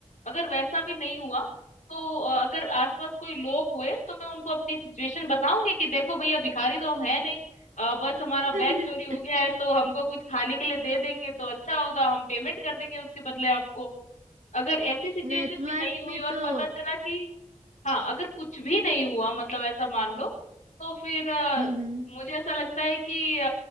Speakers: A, on the left (about 80°); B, on the right (about 70°).
A: अगर वैसा भी नहीं हुआ तो अ, अगर आसपास कोई लोग हुए तो मैं उनको अपनी सिचुएशन बताऊंगी कि देखो भैया भिखारी तो हम है नहीं अ, बस हमारा
B: <laughs>
A: बैग चोरी हो गया है तो हमको कुछ खाने के लिए दे देंगे तो अच्छा होगा हम पेमेंट कर देंगे उसके बदले आपको अगर ऐसी सिचुएशन
B: नेटवर्क
A: भी नहीं हुई
B: भी
A: और
B: तो
A: पता चला कि हाँ अगर कुछ भी नहीं हुआ मतलब ऐसा मान लो तो फिर अ,
B: हम्म
A: मुझे ऐसा लगता है कि अ,